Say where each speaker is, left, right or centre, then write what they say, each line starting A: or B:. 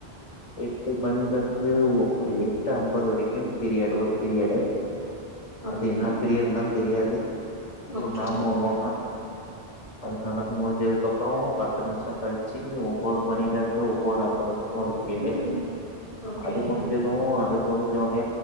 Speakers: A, on the left; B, on the left.
A: எட்டு மணிலருந்து ஒ எட்டு ஐம்பது வரிக்கு பெரிய டோரு பெரிய எடே
B: ஓகே
A: அது என்ன பிரியட்லா தெரியாது ஒரு
B: ஓகே
A: மேம் வருவாங்க அது நடந்து முடிஞ்சதுக்கு அப்றோ பத்து நிமிஷோ கழிச்சி ஒம்போது மணிலருந்து ஒம்போது ஐம்பது ஒரு பீரியடை
B: ம் ஓகே
A: அது முடிஞ்சது அது முடிஞ்ச ஒனே